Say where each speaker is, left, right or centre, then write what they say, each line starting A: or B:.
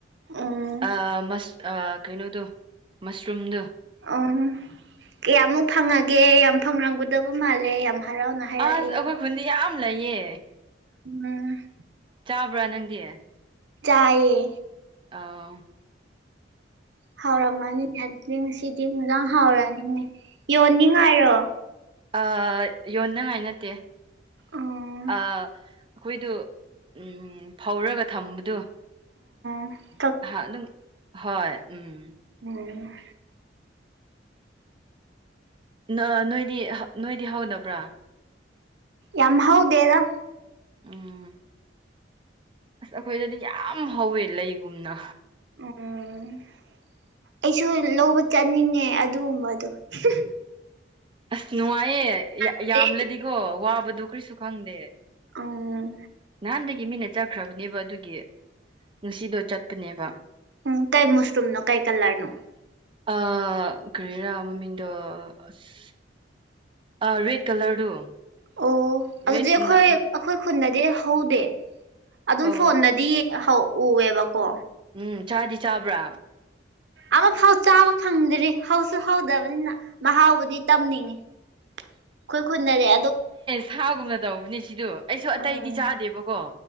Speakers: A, on the right (about 65°); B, on the right (about 25°).
A: ꯎꯝ
B: ꯑꯥ ꯃꯁ ꯑ ꯀꯩꯅꯣꯗꯣ ꯃꯁꯔꯨꯝꯗꯣ꯫
A: ꯑꯣ ꯀꯌꯥꯃꯨꯛ ꯐꯪꯉꯒꯦ ꯌꯥꯝ ꯐꯪꯔꯝꯒꯗꯕ ꯃꯥꯜꯂꯦ ꯌꯥꯝ ꯍꯔꯥꯎꯅ ꯍꯥꯏꯔꯛꯑꯦ
B: ꯑꯁ ꯑꯈꯣꯏ ꯈꯨꯟꯗꯤ ꯌꯥꯝ ꯂꯩꯌꯦ꯫
A: ꯎꯝ
B: ꯆꯥꯕ꯭ꯔꯥ ꯅꯪꯗꯤ꯫
A: ꯥꯆꯥꯏꯌꯦ꯫
B: ꯑꯣ
A: ꯍꯥꯎꯔꯝꯃꯅꯤꯅꯦ ꯑꯗꯨꯗꯤ ꯉꯁꯤꯗꯤ ꯍꯤꯟꯖꯥꯡ ꯍꯥꯎꯔꯅꯤꯅꯦ ꯌꯣꯟꯅꯤꯡꯉꯥꯏꯔꯣ
B: ꯑꯥ ꯌꯣꯟꯅꯉꯥꯏ ꯅꯠꯇꯦ
A: ꯎꯝ
B: ꯑꯥ ꯑꯈꯣꯏꯗꯣ ꯎꯝ ꯐꯧꯔꯒ ꯊꯝꯕꯗꯣ꯫
A: <inaudible>
B: ꯑꯍꯥ ꯑꯗꯨꯝ ꯍꯣꯏ ꯎꯝ
A: ꯎꯝ
B: ꯅꯍꯥ ꯅꯣꯏꯗꯤ ꯍ ꯅꯣꯏꯗꯤ ꯍꯧꯗꯕ꯭ꯔꯥ?
A: ꯌꯥꯝ ꯍꯧꯗꯦꯗꯥ꯫
B: ꯎꯝ ꯑꯁ ꯑꯈꯣꯏꯗꯗꯤ ꯌꯥꯝ ꯍꯧꯋꯦ ꯂꯩꯒꯨꯝꯅ꯫
A: ꯎꯪ ꯑꯩꯁꯨ ꯂꯧꯕ ꯆꯠꯅꯤꯡꯉꯦ ꯑꯗꯨꯒꯨꯝꯕꯗꯨ <unintelligible>
B: ꯑꯁ ꯅꯨꯡꯉꯥꯏꯌꯦ ꯌꯥ
A: ꯊꯤꯔꯦ
B: ꯌꯥꯝꯂꯗꯤꯀꯣ ꯋꯥꯕꯗꯣ ꯀꯔꯤꯁꯨ ꯈꯪꯗꯦ꯫
A: ꯎꯪ
B: ꯅꯍꯥꯟꯗꯒꯤ ꯃꯤꯅ ꯆꯠꯈ꯭ꯔꯕꯅꯦꯕ ꯑꯗꯨꯒꯤ ꯉꯁꯤꯗꯣ ꯆꯠꯄꯅꯦꯕ꯫
A: ꯎꯝ ꯀꯩ ꯃꯁ꯭ꯔꯨꯨꯝꯅꯣ ꯀꯩ ꯀꯂꯔꯅꯣ?
B: ꯑ ꯀꯔꯤꯔꯥ ꯃꯃꯤꯡꯗꯣ ꯑꯁ ꯑꯥ ꯔꯦꯠ ꯀꯂꯔꯗꯨ꯫
A: ꯑꯣ ꯑꯗꯨꯗꯤ
B: ꯔꯦꯠꯀꯨꯝꯅ
A: ꯑꯈꯣꯏ ꯑꯈꯣꯏ ꯈꯨꯟꯗꯗꯤ ꯍꯧꯗꯦ꯫ ꯑꯗꯨꯝ
B: ꯑꯣ
A: ꯐꯣꯟꯗꯗꯤ ꯌꯦ ꯍꯧ ꯎꯋꯦꯕꯀꯣ
B: ꯎꯝ ꯆꯥꯗꯤ ꯆꯥꯕ꯭ꯔꯥ?
A: ꯑꯃꯐꯥꯎ ꯆꯥꯕ ꯐꯪꯗ꯭ꯔꯤ ꯍꯧꯁꯨ ꯍꯧꯗꯕꯅꯤꯅ ꯃꯍꯥꯎꯕꯨꯗꯤ ꯇꯝꯅꯤꯡꯉꯤ꯫ ꯑꯈꯣꯏ ꯈꯨꯟꯗꯥꯗꯤꯑꯗꯣ꯫
B: ꯊꯥꯎꯒꯨꯝꯅ ꯇꯧꯕꯅꯦ ꯁꯤꯗꯨ ꯑꯩꯁꯨ ꯑꯇꯩꯗꯤ
A: ꯎꯝ
B: ꯆꯥꯗꯦꯕꯀꯣ